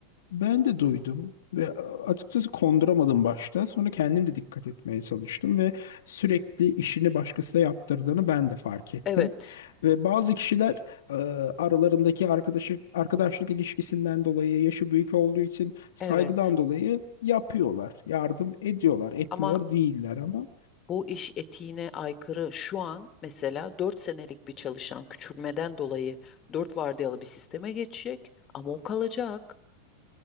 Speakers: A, on the left (about 60°); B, on the left (about 25°).
A: ben de duydum ve açıkçası konduramadım başta. Sonra kendim de dikkat etmeye çalıştım ve sürekli işini başkasına yaptırdığını ben de fark ettim.
B: Evet,
A: Ve bazı kişiler e, aralarındaki arkadaşlık arkadaşlık ilişkisinden dolayı, yaşı büyük olduğu için saygıdan
B: evet.
A: dolayı yapıyorlar, yardım ediyorlar, etmiyor
B: Ama
A: değiller ama
B: bu iş etiğine aykırı şu an mesela 4 senelik bir çalışan küçülmeden dolayı 4 vardiyalı bir sisteme geçecek ama o kalacak.